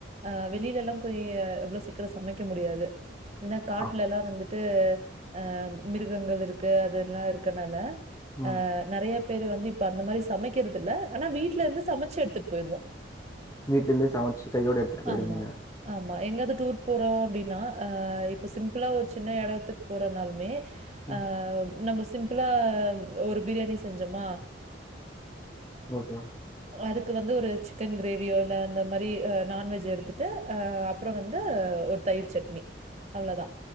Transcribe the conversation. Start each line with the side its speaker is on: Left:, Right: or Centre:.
Right: ஆ வெளில எல்லா போய் அவ்ளோ சீக்கிரோ சமைக்க முடியாது ஏன்னா காட்டுலல்லா
Left: ஆ
Right: வந்துட்டு ஆ மிருகங்கள் இருக்கு அதெல்லா இருக்கனால
Left: ம்
Right: ஆ நெறைய பேரு வந்து இப்ப அந்த மாரி சமைக்கிறது இல்ல ஆனா வீட்ல இருந்து சமைச்சு எடுத்துட்டு போயிருவோ
Left: வீட்ல இருந்தே சமச்சி கையோட எடுத்துட்டு போயிடுவீங்க
Right: ஆமா. ஆமா எங்காது டூர் போறோ அப்டின்னா ஆ இப்ப சிம்பிளா ஒரு சின்ன எடத்துக்கு போறோனாலுமே
Left: ம்
Right: ஆ நம்ம சிம்பிளா ஒரு பிரியாணி செஞ்சமா
Left: ஓகே
Right: அதுக்கு வந்து ஒரு சிக்கன் கிரேவியோ இல்ல அந்த மாரி் நான்வெஜ் எடுத்துட்டு ஆ அப்றோ வந்து ஒரு தயிர் சட்னி அவ்ளதா